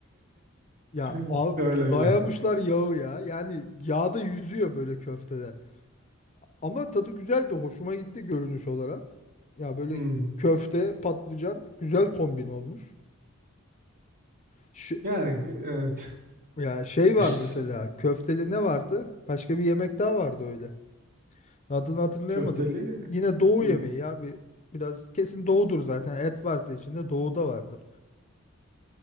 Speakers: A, on the left; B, on the right.
A: Ya
B: <laughs>
A: abi
B: Öyle öyle.
A: dayamışlar yağı ya. Yani yağda yüzüyor böyle köfteler. Ama tadı güzeldi. Hoşuma gitti görünüş olarak. Ya böyle
B: Hmm.
A: köfte, patlıcan güzel kombin olmuş. Ş-
B: Yani evet
A: ya şey var
B: dış
A: mesela köfteli ne vardı? Başka bir yemek daha vardı öyle. Adını hatırlayamadım.
B: köfteli.
A: Yine doğu
B: Hmm.
A: yemeği ya. Bir, biraz kesin doğudur zaten. Et varsa içinde doğuda vardır.